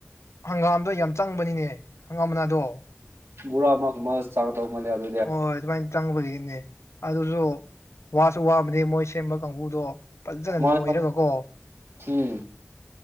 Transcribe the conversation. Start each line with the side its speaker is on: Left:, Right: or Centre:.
Left: ꯍꯪꯒꯥꯝꯗꯣ ꯌꯥꯝ ꯆꯪꯕꯅꯤꯅꯦ ꯍꯪꯒꯥꯝ ꯃꯅꯥꯗꯣ
Right: <unintelligible> ꯆꯥꯒꯥꯗꯧ ꯃꯥꯜꯂꯦ ꯑꯗꯨ
Left: ꯑꯣꯥꯏ ꯑꯗꯨꯃꯥꯏ ꯆꯪꯕꯗꯒꯤꯅꯦ ꯑꯗꯨꯁꯨ ꯋꯥꯁꯨ ꯋꯥꯕꯅꯦ ꯃꯣꯏ ꯁꯦꯝꯕ ꯀꯥꯡꯒꯨꯗꯣ ꯐꯖꯟ
Right: ꯃꯥꯅꯦ
Left: ꯅꯣꯏꯔꯒꯥꯀꯣ
Right: ꯃꯥꯅꯦ ꯎꯝ